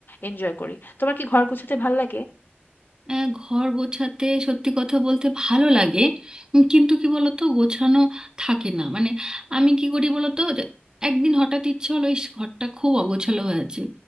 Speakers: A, on the left; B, on the right.
A: এনজয় করি তোমার কি ঘর গুছাতে ভালো লাগে
B: আহ, ঘর গোছাতে সত্যি কথা বলতে ভালো লাগে উম, কিন্তু কি বলতো গোছানো থাকে না মানে আমি কি করি বলতো যে একদিন হঠাৎ ইচ্ছে হলো ইস ঘরটা খুব অগোছালো হয়ে আছে